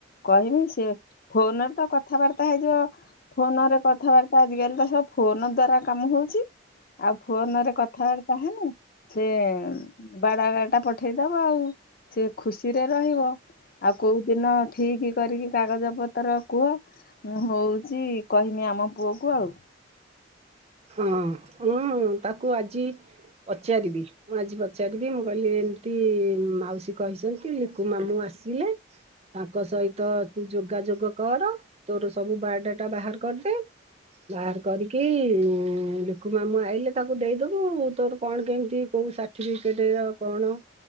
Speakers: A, on the left; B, on the right.
A: କହିମି। ସେ ଫୋନରେ ତା କଥାବାର୍ତ୍ତ ଏଟା ହେଇଯିବ ଫୋନ ରେ କଥାବାର୍ତ୍ତ ଆଜିକାଲି ତ ସବୁ ଫୋନ ଦ୍ଵାରା କାମ ହଉଛି। ଆଉ ଫୋନରେ କଥାବାର୍ତା ହେନେ, ସେ ବାଡ଼ାଟାଟା ପଠେଇ ଦବ ଆଉ। ସେ ଖୁସିରେ ରହିବ, ଆଉ କଉଦିନ ଠିକି କରିକି କାଗଜ ପତର କୁହ? ମୁଁ ହଉଛି କହିମି, ଆମ ପୁଅକୁ ଆଉ।
B: ହଁ। ହୁଁ, ତାକୁ ଆଜି ପଚାରିବି? ମୁଁ ଆଜି ପଚାରିବି ମୁଁ କହିଲି ଏମତି ମାଉସୀ କହିଛନ୍ତି, ଲିକୁ ମାମୁଁ ଆସିଲେ ତାଙ୍କ ସହିତ ତୁ ଯୋଗାଯୋଗ କର ତୋର ସବୁ ବାଏଡାଟା ବାହାର କରିଦେ। ବାହାର୍ କରିକି ଇ ଉଁମ୍ ଲୁକୁ ମାମୁଁ ଆଇଲେ ତାକୁ ଦେଇଦବୁ। ତୋର କଣ କେମିତି କୋଉ ସାର୍ଟିଫିକଟେ କଣ